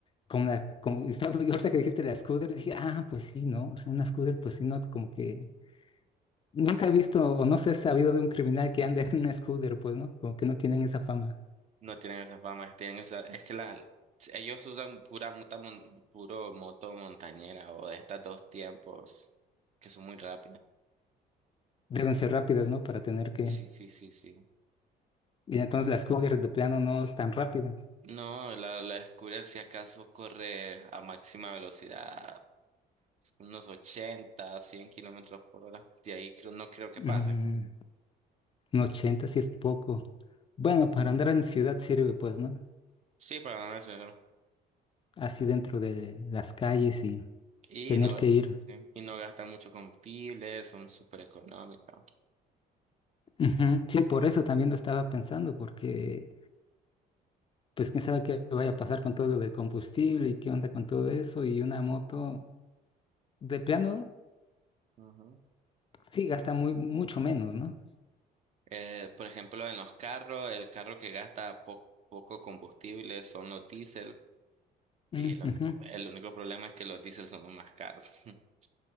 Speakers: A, on the left; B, on the right.
A: como la, como estaba yo <laughs> ahorita que dijiste la Scooter, dije, ah, pues sí, ¿no? O sea, una Scooter, pues sí, no, como que nunca he visto, o no sé, he sabido de un criminal que ande en una Scooter, pues, ¿no? Como que no tienen esa fama.
B: No tienen esa fama, que tienen esa, es que las ellos usan pura muta mon- puro moto montañera o de estas dos tiempos que son muy rápidas.
A: Deben ser rápidas, ¿no? Para tener que,
B: Sí, sí, sí, sí.
A: y entonces la Scooter de plano no es tan rápida.
B: No, la, la scooter si acaso corre a máxima velocidad, unos ochenta cien kilómetros por hora. De ahí creo- no creo que
A: Mm.
B: pase.
A: Un 80 sí es poco. Bueno, para andar en ciudad sirve, pues, ¿no?
B: Sí, para no mencionar.
A: Así dentro de las calles y
B: Y
A: tener
B: no,
A: que ir.
B: sí, y no gastan mucho combustible, son súper económicas.
A: Ujú. Sí, por eso también lo estaba pensando, porque pues quién sabe qué vaya a pasar con todo lo del combustible y qué onda con todo eso. Y una moto de plano
B: Ujú.
A: sí gasta muy, mucho menos, ¿no?
B: Eh, por ejemplo, en los carros, el carro que gasta po- poco combustible son los diésel. Y
A: Mm,
B: el único,
A: ujú.
B: el único problema es que los diésel son los más caros. <laughs>